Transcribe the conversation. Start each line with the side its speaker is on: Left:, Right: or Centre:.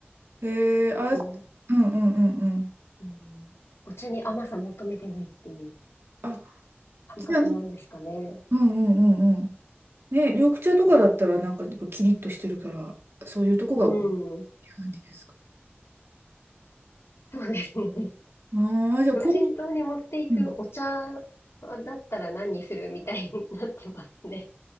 Right: えー、あ、
Left: こ
Right: うんうんうんうん。
Left: う、うん、お茶に甘さ求めてないっていう
Right: あ、
Left: 感覚なんですかね。
Right: じゃあうんうんうんうん。ね、緑茶とかだったらなんかやっぱキリッとしてるから、
Left: うん
Right: そういうとこが、
Left: う
Right: って
Left: ん。
Right: 感じですか。
Left: そうですね。<laughs>
Right: ああ、じゃあ、
Left: 無人島に持っていくお茶
Right: こう、うん。
Left: だったら何にするみたいになってますね。